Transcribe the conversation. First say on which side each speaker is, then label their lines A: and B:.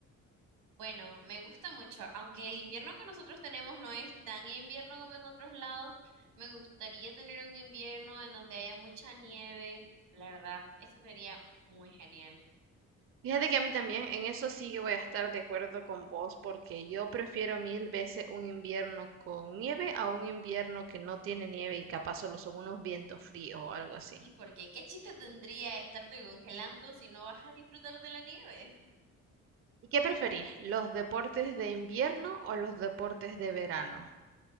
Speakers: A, on the right (about 85°); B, on the right (about 45°).
A: Bueno, me gusta mucho, aunque el invierno que nosotros tenemos no es tan invierno como en otros lados, me gustaría tener un invierno en donde haya mucha nieve, la verdad, eso sería muy genial.
B: Fíjate que a mí también, en eso sí que voy a estar de acuerdo con vos, porque yo prefiero mil veces un invierno con nieve a un invierno que no tiene nieve y capaz solo son unos vientos fríos o algo así.
A: Sí, porque ¿qué chiste tendría estarte congelando si no vas a disfrutar de la nieve?
B: ¿Y qué preferís, los deportes de invierno o los deportes de verano?